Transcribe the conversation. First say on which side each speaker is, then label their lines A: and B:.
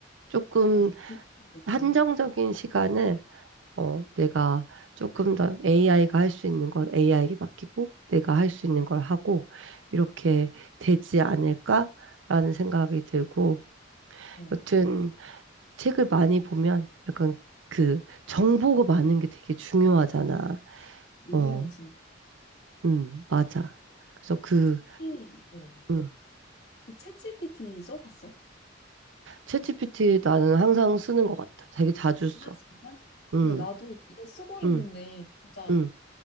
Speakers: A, on the right; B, on the left.
A: 조금
B: 맞아. 그거 그렇긴
A: 한정적인
B: 하다.
A: 시간을 어, 내가 조금 더 AI가 할 수 있는 건 AI에게 맡기고 내가 할 수 있는 걸 하고 이렇게 되지 않을까라는 생각이 들고
B: 음, 어,
A: 여튼 책을 많이 보면 약간 그 정보가 많은 게 되게 중요하잖아.
B: 요새는
A: 어,
B: 진짜
A: 음, 맞아. 그래서 그
B: 특히 어,
A: 음,
B: 그 챗GPT 써봤어?
A: 챗GPT 나는 항상 쓰는 것 같아. 되게 자주 써.
B: 아, 진짜?
A: 음,
B: 그러니까 나도 이제 쓰고 있는데
A: 음,
B: 진짜
A: 음,